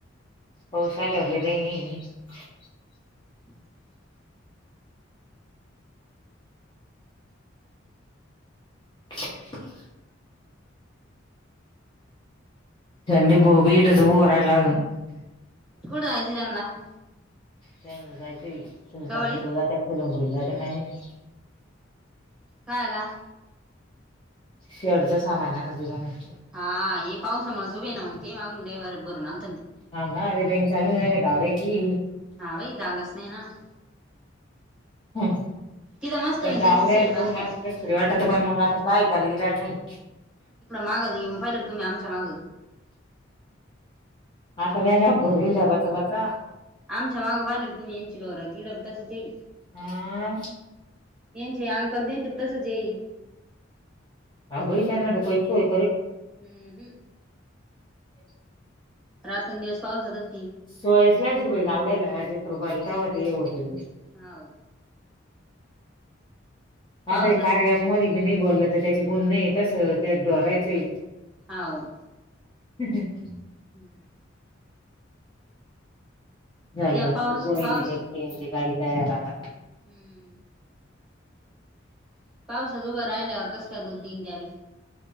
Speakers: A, on the left; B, in the centre.
A: होसल्यावरले दई नाही <unintelligible>
B: ह <inaudible>
A: <inaudible> डी भोबी इडच होरायलागून <unintelligible>
B: कठयजरला <unintelligible>
A: त्या जायचं सुलतानपूरला
B: गवळीत
A: जात्या फुलंब्रीला जात्यात काय म्हाहीती?
B: कायला?
A: शेडचा सामान नजुब <unintelligible>
B: हा ये पावसामुळेच उभे नाऊन ते मागून भरून आण-
A: हा ना आले दन चालू गावड्याय त <unintelligible>
B: ह व जाांग स् नाही ना <unintelligible>
A: हम्म.
B: तिथं मस्त
A: त्या
B: होईन
A: गवड्याला
B: त्यांचं शेड बांधल्यावर
A: पहून असं कस तरी वाटत. पण मग आता काय त्यालं इलाज नाही.
B: माग येऊन पाहिलं तुम्ही आमच्या माग.
A: आता व्याज भरेल आता बचापाचा.
B: आमच्या मागं बजले तुम्ही यांची डोर तीडब तसंचईल.
A: ह <inaudible>
B: येनचे अंकल तेन तसंच आहे.
A: हा भाई ना शूय.
B: हम्म हम्..
A: <inaudible>
B: रात अन दिवस पाऊसातच.
A: सोयस लागते बई ग आवडे्यालाजित रुपलताव ते होते.
B: हव. पावसात
A: आता कार्य अँप. नाही बोललं तर त्याचे गुण नाही तस त्या डोरायचं.
B: हाव.
A: हम् ह..
B: हम्म..
A: चाले
B: त्या
A: वात
B: पाऊस
A: कोची
B: पाऊस
A: गाडी तयार आता.
B: हम्म.. पावसात उभं राहिल्यावर कसं काय दूध दिन द्यावी.